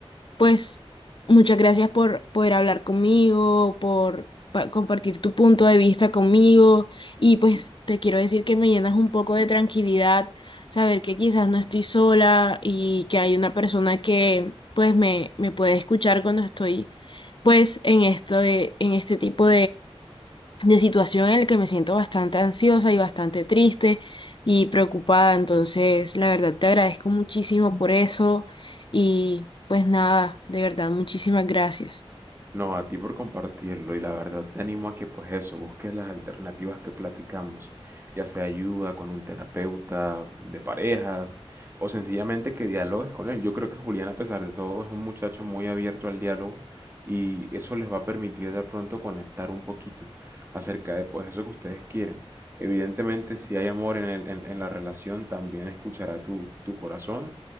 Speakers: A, on the left (about 50°); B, on the right (about 20°).
A: Pues muchas gracias por poder hablar conmigo, por pa- compartir tu punto de vista conmigo y pues te quiero decir que me llenas un poco de tranquilidad saber que quizás no estoy sola y que hay una persona que pues me, me puede escuchar cuando estoy pues en esto, en este tipo de situación en la que me siento bastante ansiosa y bastante triste y preocupada. Entonces, la verdad, te agradezco muchísimo por eso y pues nada, de verdad, muchísimas gracias.
B: No, a ti por compartirlo y la verdad te animo a que pues eso, busques las alternativas que platicamos, ya sea ayuda con un terapeuta de parejas o sencillamente que dialogues con él. Yo creo que Julián a pesar de todo es un muchacho muy abierto al diálogo y eso les va a permitir de pronto conectar un poquito acerca de pues eso que ustedes quieren. Evidentemente si hay amor en el- en- en la relación también escuchará tu, tu corazón,